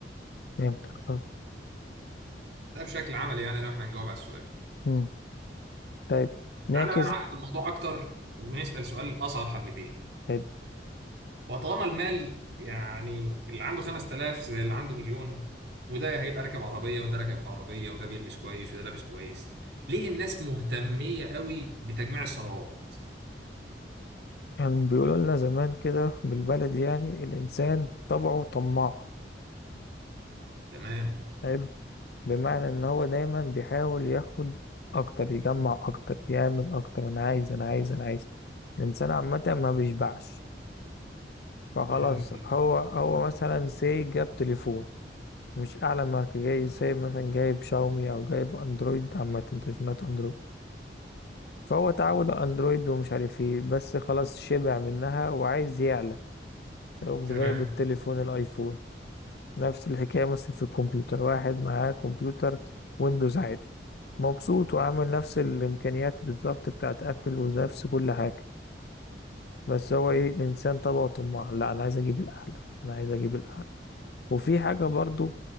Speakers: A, on the left; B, on the right.
A: فهمتك اه
B: ده بشكل عملي يعني لو احنا نجاوب على السؤال
A: امم طيب
B: طب
A: نعكس
B: تعالى بقى نعقد الموضوع اكتر ونسأل سؤال اصعب حبتين
A: حلو
B: وطالما المال يعني اللي عنده 5000 زي اللي عنده مليون وده هيبقى راكب عربية وده راكب عربية وده بيلبس كويس وده لابس كويس ليه الناس مهتمية قوي بتجميع الثروات
A: كان بيقولوا لنا زمان كده بالبلدي يعني الإنسان طبعه طماع
B: تمام
A: حلو بمعنى إن هو دايما بيحاول ياخد أكتر يجمع أكتر يعمل أكتر أنا عايز أنا عايز أنا عايز الإنسان عامة ما بيشبعش فخلاص
B: جامد جدا
A: هو هو مثلا سي جاب تليفون مش أعلى ماركة جاي سي مثلا جايب شاومي أو جايب أندرويد عامة تليفونات أندرويد فهو اتعود على أندرويد ومش عارف إيه بس خلاص شبع منها وعايز يعلى يقوم
B: تمام
A: جايب التليفون الأيفون نفس الحكاية مثلا في الكمبيوتر واحد معاه كمبيوتر ويندوز عادي مبسوط وعامل نفس الإمكانيات بالظبط بتاعت أبل ونفس كل حاجة بس هو إيه الإنسان طبعه طماع لا أنا عايز أجيب الأعلى أنا عايز أجيب الأعلى وفي حاجة برضو